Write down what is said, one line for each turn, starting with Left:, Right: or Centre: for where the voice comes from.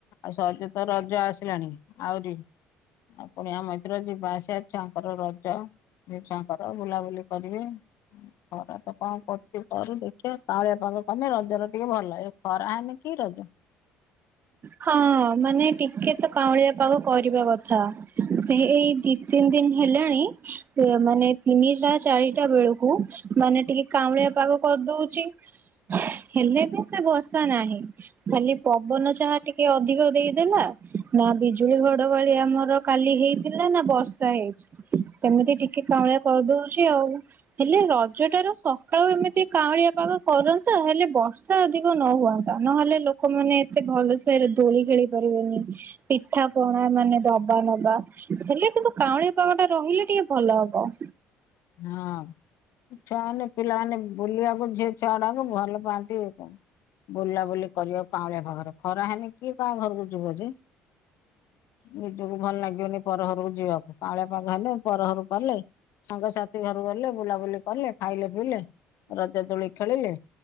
Left: ଆଉ ସହଜେ ତ ରଜ ଆସିଲାଣି ଆହୁରି ଆଉ କୁଣିଆ ମୈତ୍ର ଯିବା ଆସିବା ଛୁଆଙ୍କର ରଜ ଏଇ ଛୁଆଙ୍କର ବୁଲାବୁଲି କରିବେ ଖରା ତ କଣ କରୁଛି କରୁ ଦେଖିବା କାଁଳିଆ ପାଗ କରୁନି ରଜରେ ଟିକେ ଭଲ ଲାଗେ। ଖରା ହେଲେ କି ରଜ
Right: ହଁ ମାନେ ଟିକେ ତ କାଉଁଳିଆ ପାଗ କରିବା କଥା ସିଏ ଏଇ ଦି ତିନି ଦିନ ହେଲାଣି ଅ ମାନେ ତିନିଟା ଚାରିଟା ବେଳ କୁ ମାନେ ଟିକେ କାଁଉଳିଆ ପାଗ କରିଦଉଛି ହେଲେ ବି ସେ ବର୍ଷା ନାହିଁ ଖାଲି ପବନ ଯାହା ଟି କେ ଅଧିକ ଦେଇଦେଲା ନା ବିଜୁଳି ଘଡଘଡି ଆମର କାଲି ହେଇଥିଲା ନା ବର୍ଷା ହେଇଛି ସେମିତି ଟିକେ କାଉଁଳିଆ କରିଦଉଛି ଆଉ ହେଲେ ରଜଟା ର ସକାଳୁ ଏମିତି କାଉଁଳିଆ ପାଗ କରନ୍ତା ହେଲେ ବ ର୍ଷା ଅଧିକ ନ ହୁଅନ୍ତା ନହେଲେ ଲୋକମାନେ ଏତେ ଭଲ ସେରେ ଦୋଳି ଖେଳି ପାରିବେନି ପିଠା ପ ଣା ମାନେ ଦବା ନବା ସେ ହେଲେ କିନ୍ତୁ କାଉଁଳିଆ ପାଗ ଟା ରହିଲେ ଟିକେ ଭଲ ହବ
Left: ହଁ ଛୁଆମାନେ ପିଲାମାନେ ବୁଲା ବୁଲି ଝିଅ ଛୁଆଗୁଡାକୁ ଭଲ ପାଆନ୍ତି ଏଇ ପାଇଁ ବୁଲାବୁଲି କରିବାକୁ କାଉଁଳିଆ ପାଗରେ ଖରା ହେଲେ କିଏ କା ଘରକୁ ଯିବ ଯେ ନିଜକୁ ଭଲ ଲାଗିବନି ପରଘରକୁ ଯିବାକୁ କାଉଁଳିଆ ପାଗ ହେଲେ ପରଘରକୁ ଗଲେ ସାଙ୍ଗସା ଥି ଘରକୁ ଗଲେ ବୁଲାବୁଲି କଲେ ଖାଇଲେ ପିଇଲେ ରଜଦୋଳି ଖେଳିଲେ